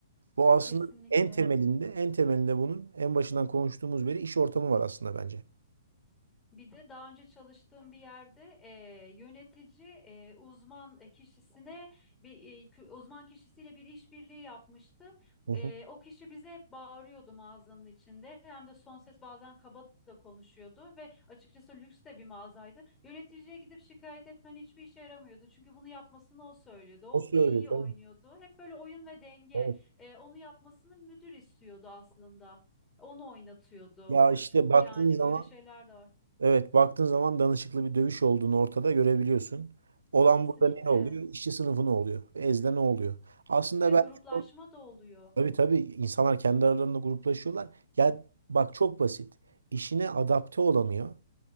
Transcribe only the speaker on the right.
Bu aslında
en temelinde, en temelinde bunun en başından konuştuğumuz beri iş ortamı var aslında bence.
Hı hı.
O söylüyor
tabii.
Evet.
Ya
işte
baktığın
zaman,
evet baktığın zaman danışıklı bir dövüş olduğunu ortada görebiliyorsun. Olan
burada ne oluyor? İşçi sınıfı ne oluyor? Ezde ne oluyor? Aslında
belki o,
tabii tabii insanlar kendi aralarında gruplaşıyorlar. Ya bak çok basit. İşine adapte olamıyor.